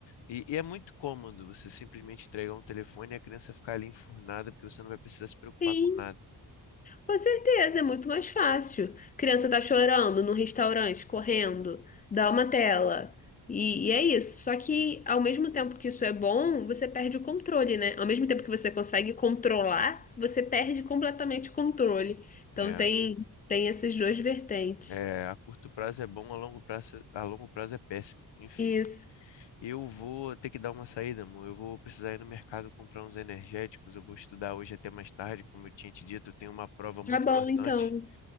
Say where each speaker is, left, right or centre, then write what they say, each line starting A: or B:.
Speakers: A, on the left; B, on the left.
A: E, e é muito cômodo você simplesmente entregar um telefone e a criança ficar ali enfurnada porque você não vai precisar se preocupar
B: sim.
A: com nada.
B: Com certeza, é muito mais fácil. Criança
A: né?
B: tá chorando no restaurante, correndo, dá uma tela. E, e é isso. Só que ao mesmo tempo que isso é bom, você perde o controle, né? Ao mesmo tempo que você consegue controlar, você perde completamente o controle. Então
A: É.
B: tem, tem essas duas vertentes.
A: É, a curto prazo é bom, a longo prazo, a longo prazo é péssimo. Enfim,
B: Isso.
A: eu vou ter que dar uma saída, amor. Eu vou precisar ir no mercado comprar uns energéticos. Eu vou estudar hoje até mais tarde, como eu tinha te dito. Eu tenho uma prova muito
B: Tá bom,
A: importante,
B: então.